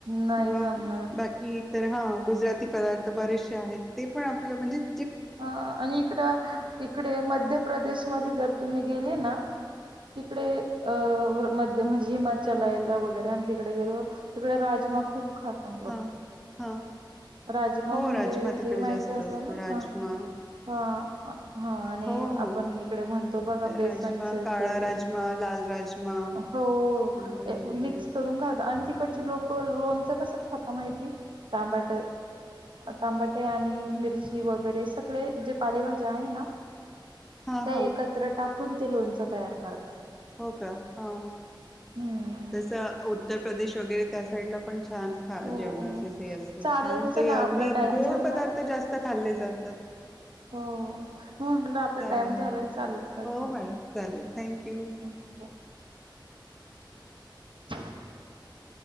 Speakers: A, on the right (about 80°); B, in the centre.
A: नाही
B: किंवा
A: जमणार
B: बाकी ईतर हां, गुजराती पदार्थऽऽ बरेचशसे आहेत ते पण आपलं म्हणजेऽऽ
A: ह, आणि इकड, इकडे मध्य प्रदेशमध्ये जर तुम्ही गेले नाऽऽ तिकडे, अ मध्य म्हणजे हिमाचलयला
B: हा
A: वगैरे आणिऽऽ तिकडे गेलो, तिकडे राजमा खूपऽ खातान लोक,
B: हा हा
A: राजमा
B: हो
A: म्हणजे
B: राजमा तिकडे
A: ते
B: जास्त
A: माहिती असेल
B: असतो
A: ना
B: राजमा
A: हा हा, हा, आणि
B: हो हो
A: आपण इकडे म्हणतो बघ बेसनच
B: राजमा काळा
A: तेऽऽ
B: राजमा लाल राजमा
A: होऽऽ
B: नंतर हे
A: मिक्स
B: ते असत
A: करून घात आणि तिकडचे लोक लोणचंऽऽ कस खातात माहितय तबाट, तांबाटे, आणि मिरची वगैरेऽऽ सगळे जे पालेभाज्या आहे ना,,
B: हा
A: त्या
B: हा
A: एकत्र टाकऽऽ कूण ते लोणच तयार करतऽ
B: हो का, हा,
A: हम्म
B: तसं उत्तर प्रदेश वगैरे त्या साईडलाऽऽ पण छान खा
A: हो.
B: जेवणाचे हे असत
A: चालेल
B: छान
A: चला
B: ते अगदी
A: आपला टाइम
B: गोड
A: झालाय.
B: पदार्थ जास्त खाल्लेऽऽ जातात.
A: हो, हो आपला
B: चालेल
A: टाइम झालाय,
B: मॅडम
A: चालतय,
B: हो मॅडम
A: हो,
B: चालेल थँक्यू
A: <unintelligible>